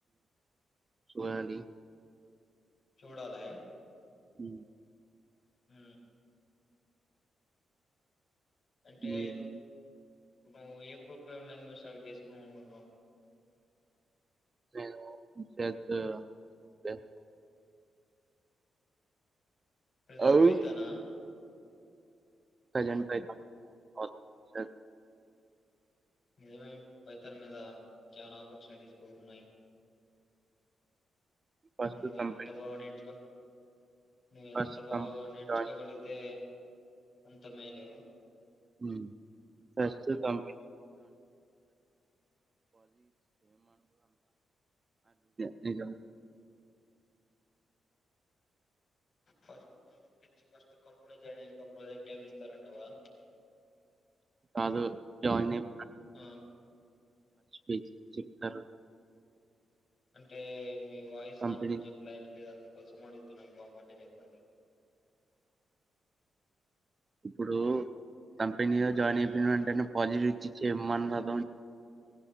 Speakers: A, on the right; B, on the left.
A: చూడాలి
B: చూడాలా
A: ఉ
B: ఉ అంటే
A: నేను
B: నువ్ ఏ ప్రోగ్రామ్ లాంగ్వేజ్ స్టార్ట్ చేస్తున్నావ్ అనుకుంటున్నావ్
A: నేను జస్ట్ జస్
B: ప్రెజెంట్
A: అవ్
B: పైథాన్ ఆ
A: ప్రజెంట్ పైథాన్ <inaudible>
B: నిదవై పైథాన్ మీద చానా ఆపర్చునిటీస్ కూడా ఉన్నాయి
A: ఫస్ట్
B: నువ్
A: కంపెనీ
B: ఎంత బాగ నేర్చుకో నువ్ ఎంత
A: ఫస్ట్
B: బాగా
A: కంపెనీ
B: నేర్చుకోగలిగితే
A: జాయిన్
B: అంత మేలే
A: ఉమ్ ఫస్ట్ కంపెనీ <unintelligible>
B: ఫస్ట్ ప్రాజెక్ట్ ఇచ్చి ఫస్ట్ కంపెనీలో జాయిన్ అయ్యాక ప్రాజెక్ట్ ఏమి ఇస్తారంటవా
A: కాదు జాయిన్ అయ్
B: ఆ
A: బేసిక్స్ చెప్తారు.
B: అంటే మీ వాయిస్
A: కంపెనీ
B: నాకు కొంచెం క్లారిటీ లేద్ అందుక కోసం అడుగుతున్నా ఫార్మాలిటీ చెప్పండి
A: ఇప్పుడూ కంపెనీలో జాయిన్
B: ఉమ్
A: అయిపోయిన వెంటనే పజిల్ ఇచ్చి చేయమన్నారు <inaudible>